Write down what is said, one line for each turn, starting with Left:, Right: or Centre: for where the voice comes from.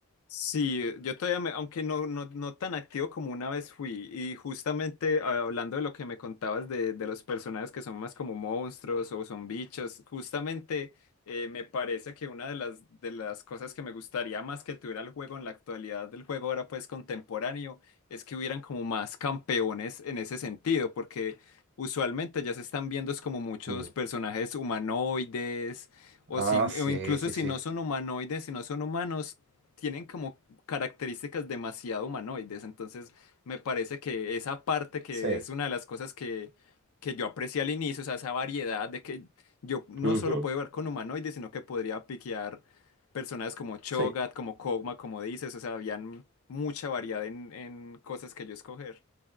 Left: Sí, yo todavía, me- aunque no, no, no tan activo como una vez fui, y justamente ah, hablando de lo que me contabas de, de los personajes que son más como monstruos o son bichos, justamente eh, me parece que una de las, de las cosas que me gustaría más que tuviera el juego en la actualidad del juego ahora pues contemporáneo es que hubieran como más campeones en ese sentido, porque usualmente ya se están viendo es como muchos
Right: Mm.
Left: personajes humanoides. O,
Right: Ah,
Left: si,
Right: sí,
Left: o incluso
Right: sí,
Left: si
Right: sí.
Left: no son humanoides, si no son humanos, tienen como características demasiado humanoides, entonces me parece que esa parte que
Right: Sí.
Left: es una de las cosas que, que yo aprecié al inicio, o sea, esa variedad de que yo no
Right: Ujú,
Left: solo puedo ver con humanoides, sino que podría piquear personas como Cho'Gath,
Right: Sí.
Left: como Kog'Ma, como dices, o sea, habían mucha variedad en, en cosas que yo escoger.